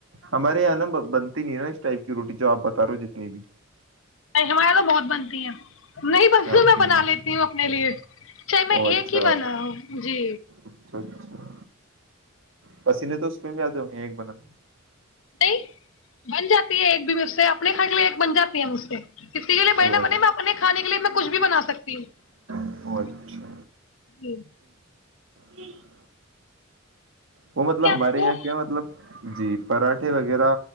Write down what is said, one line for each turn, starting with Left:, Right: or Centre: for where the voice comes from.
Right: ہمارے یہاں نا بنتی نہیں ہے نا اس ٹائپ کی روٹی جو آپ بتا رہے ہو جتنی بھی
Left: ہماراریے تو بہت بنتی ہیں نہیں بس
Right: آپ
Left: میں
Right: کے
Left: بنا
Right: یہاں
Left: لیتی ہوں اپنے لیے چاہے
Right: او
Left: میں
Right: اچھا
Left: ایک ہی بنا ہوں جی
Right: اچھا اچھا پسینے تو اس پہ بھی آتے ہو ہیں ایک بنانا
Left: نہیں بن جاتی ہے ایک بھی اس سے اپنے کھ کے لیے ایک بن جاتی ہے مجھ سے کسی کے لیے
Right: او
Left: بنا بنے میں اپنے کھانے کے لیے میں کچھ بھی بنا سکتی ہوں
Right: او اچھا
Left: جی
Right: جی <unintelligible> وہ مطلب
Left: آپ
Right: ہمارے
Left: کو
Right: یہاں کیا مطلب جی پراٹھے وغیرہ